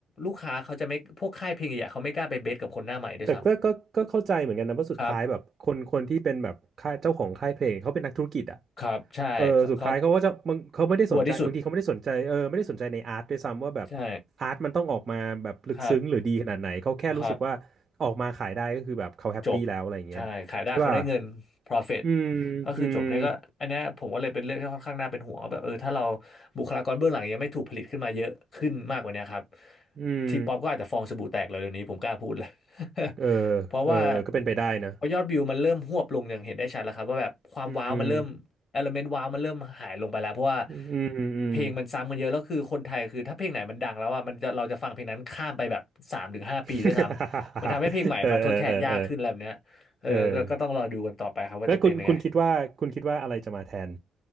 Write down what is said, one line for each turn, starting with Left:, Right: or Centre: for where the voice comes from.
Left: ลูกค้าเขาจะไม่พวกค่ายเพลงใหญ่ๆเขาไม่กล้าไปเบสกับคนหน้าใหม่ด้วยซ้
Right: แต่ก็ก็ก็เข้าใจเหมือนกันนะเพราะสุดท้ายแบบคนคนที่เป็นแบบค่ายเจ้าของค่ายเพลงเขาเป็นนักธุรกิจอ่ะ
Left: ำครับครับใช่เขาเขา
Right: เออสุดท้ายเขาก็จะบางเขาไม่ได้สนใจบางทีเขาไม่ได้สนใจเออไม่ได้สนใจในอาร์ตด้วยซ้ำว่าแบบ
Left: ชัวร์ที่สุดใช่
Right: อาร์ตมันต้องออกมาแบบลึกซึ้งหรือดีขนาดไหนเขาแค่รู้สึกว่า
Left: ครับครับ
Right: ออกมาขายได้ก็คือแบบเขาแฮปปี้แล้วอะไรอย่างเงี้ยใช่ป่ะ
Left: จบใช่ขายได้เขาได้เงิน profit
Right: อืมอืม
Left: ก็คือจบเนี่ยก็อันเนี้ยผมก็เลยเป็นเรื่องที่ค่อนข้างน่าเป็นห่วงว่าแบบเออถ้าเราบุคลากรเบื้องหลังยังไม่ถูกผลิตขึ้นมาเยอะขึ้นมากกว่าเนี้ยครับ
Right: อืม
Left: ทีป๊อปก็อาจจะฟองสบู่แตกเลยเดี๋ยวนี้ผมกล้าพูดเลย <laughs>
Right: เออ
Left: เพราะว่า
Right: เออก็เป็นไปได้นะ
Left: พอยอดวิวมันเริ่มหวบลงอย่างเห็นได้ชัดแล้วครับว่าแบบความว้าวมันเริ่มเอลเมนต์ว้าวมันเริ่มหายลงไปแล้วเพราะว่า
Right: อืมอืมอืม
Left: เพลงมันซ้ำกันเยอะแล้วคือคนไทยคือถ้าเพลงไหนมันดังแล้วอ่ะมันจะเราจะฟังเพลงนั้นข้ามไปแบบสามถึงห้าปีด้วยซ้ำ
Right: <laughs>
Left: มันทำให้เพลงใหม่มาทดแทนยากขึ้นอะไรแบบเนี้ยเออก็ก็ต้องรอดูกันต่อไปครับว่าจะเป็นยังไง
Right: เออเออเออเออเออแล้วคุณคุณคิดว่าคุณคิดว่าอะไรจะมาแทน